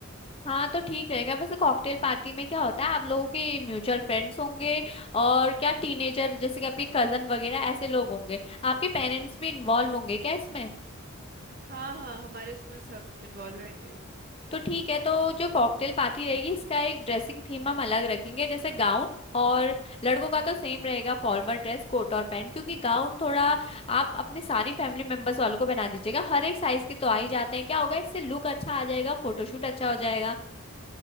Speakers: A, on the left; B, on the right.
A: हाँ तो ठीक रहेगा वैसे कॉकटेल पार्टी में क्या होता है आप लोगों के म्यूचुअल फ्रेंड्स होंगे और क्या टीनेजर जैसे कि आपके कजन वगैरह ऐसे लोग होंगे आपके पेरेंट्स भी इन्वॉल्व होंगे क्या इसमें
B: हाँ हाँ हमारे इसमें सब इन्वॉल्व रहेंगे
A: तो ठीक है तो जो कॉकटेल पार्टी रहेगी इसका एक ड्रेसिंग थीम हम अलग रखेंगे जैसे गाउन और लड़कों का तो सेम रहेगा फॉर्मल ड्रेस कोट और पैंट क्योंकि गाउन थोड़ा आप अपने सारी फैमिली मेंबर्स वालों को बना दीजिएगा हर एक साइज के तो आ ही जाते हैं क्या होगा इससे लुक अच्छा आ जाएगा फोटोशूट अच्छा हो जाएगा